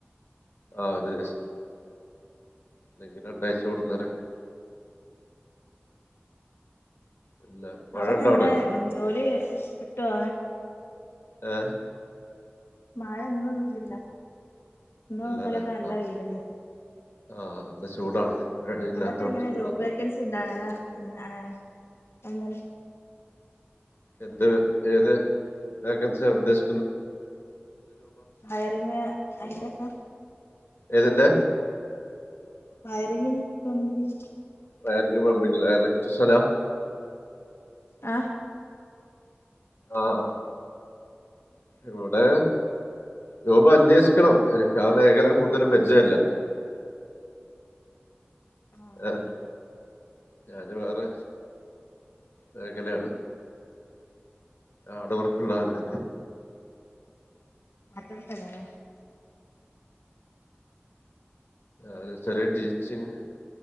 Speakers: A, on the left; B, on the left.
A: ആ ഒരു ദിവസം എല്ലെങ്കിൽ രണ്ടാഴ്ച കൊടുുന്നേരൊക്കെ പിന്നെ മഴ
B: അവിടെൊക്കെ
A: ഉണ്ടോ
B: എങ്ങനെ
A: അവിടെ
B: ജോലി കിട്ടോ
A: ഏ
B: മഴൊന്നൊന്നുംല്ലല്ലോ ഇന്നും
A: ഇല്ലല്ലേ
B: ന്നലൊക്കെ
A: ആ
B: നല്ല വെയിലല്ലേ
A: ആഹ് ചൂടാണ് മഴയില്ലാത്തോണ്ട്
B: അവിടൊക്കെ എങ്ങനെ
A: ചൂടാണ്
B: ജോബ് വേക്കൻസി ഉണ്ടാങ്ങനെ ആണ് അ
A: എന്ത് ഏത് വേക്കൻസിയാ ഉദ്ദേശ
B: ഹയറിങ് അയിന്റെക്കെ
A: ഏതിന്റെ
B: വയറിങ്ങ് പ്ലംബിങ്
A: വയറിംഗ് പ്ലംബിംഗ് ലെ എലക്ട്രിഷനാ
B: ആ
A: ആഹ് ആഹ് ഇവിടെ രൂപ അന്വേഷിക്കണം എനിക്ക് ആ മേഖല കൂടുതൽ പരിചയല്ല
B: ആഹ്
A: ഏഹ്
B: ആഹ്
A: ഞാന് വേറെ മേഖലയാണ് ആട്വർക്കള്ളതല്ല
B: മാറ്റോടുത്തല്ലലേ
A: അതെ ചെറ്യേ ടീച്ചിംഗ്